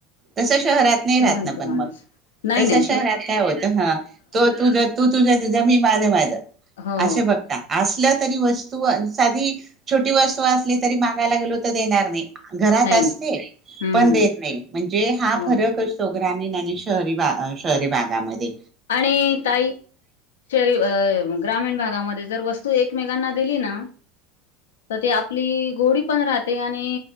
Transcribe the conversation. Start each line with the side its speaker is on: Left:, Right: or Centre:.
Right: तस शहरात
Left: असं
Right: नाही राहत
Left: म्हणतो
Right: ना पण
Left: माणूस
Right: मग
Left: नाही
Right: तस
Left: ना
Right: शहरात काय होतं, हा तो तुझ तू तुझ्या तुझ्या मी माझं माझं.
Left: हो
Right: असे बघता आ तरी वस्तू साधी छोटी वस्तू असली तरी मागायला गेलो तर देणार नाही? घरात
Left: नाही
Right: असते
Left: ना हम्म
Right: पण देत नाही म्हणजे हा
Left: मग
Right: फरक असतो ग्रामीण आणि शहरी भा शहरी भागामध्ये.
Left: आणि ताई शहरी अ ग्रामीण भागामध्ये जर वस्तू एकमेकांना दिली ना तर त आपली गोडी पण राह आणि